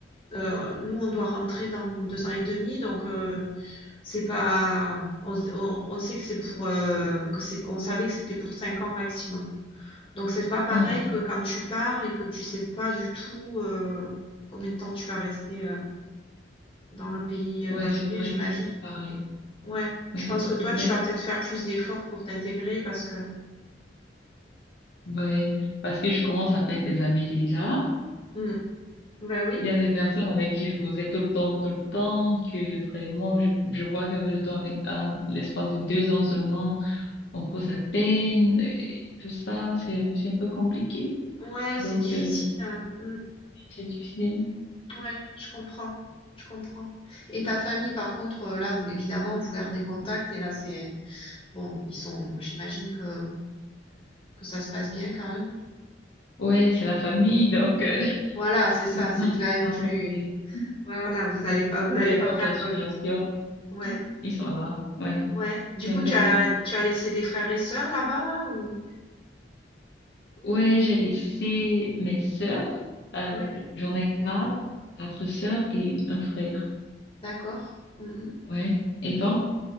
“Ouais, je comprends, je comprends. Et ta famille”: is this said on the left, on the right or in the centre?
Left